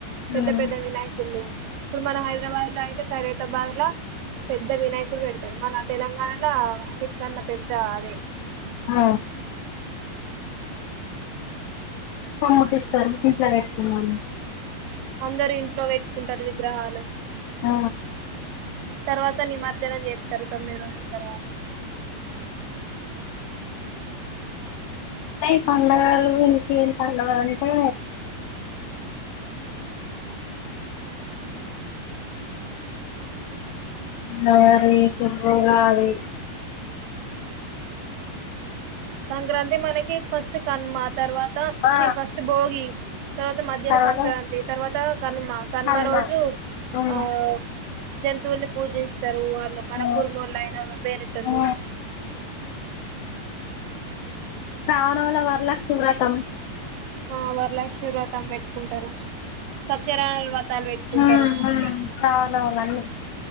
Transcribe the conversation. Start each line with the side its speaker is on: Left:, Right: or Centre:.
Right: పెద్ద
Left: ఉమ్
Right: పెద్ద వినాయకుళ్ళు, ఇప్పుడు మన హైదరాబాద్ ల అయితే ఖైరతాబాద్ ల పెద్ద వినాయకుడు పెడతడు, మా న తెలంగాణల అన్ని ప్ కన్న పెద్ద అదే
Left: ఆ సమ్ముటిస్తారు ఇంట్లా పెడుతున్నా
Right: అందరుూ ఇంట్లో పెట్టుకుంటారు విగ్రహాలు
Left: ఆ
Right: తర్వాత నిమజ్జనం చేస్తారు తొమ్మిది రోజుల తర్వాత
Left: అ ఈ పడుగలు ఇక ఏం పంండగ అంటే మరి కురుగావి
Right: సంక్రాంతి మనకి ఫస్ట్ కన్మ తర్వాత
Left: ఆ
Right: ఫస్ట్ భోగి తర్వాత మధ్యలో
Left: తర్వాత
Right: సంక్రాంతి తర్వాత నుమ గన్మ
Left: హనుమ
Right: రోజు
Left: ఉమ్
Right: ఆ జతువులు పూజిస్తారు వాళ్ళు మన
Left: ఆ
Right: కుర్మ వాళ్ళ అయిన వా వేరేటు
Left: ఆ రానల వర్ల సూరతం
Right: ఆ వర్తే శీర్వ్రతం పెట్టుకుంటారు సత్యారయణ వ్రతాలు పెట్టుకుంటారు
Left: ఆ
Right: అన్ని
Left: ఆ కావాలవలన్నీ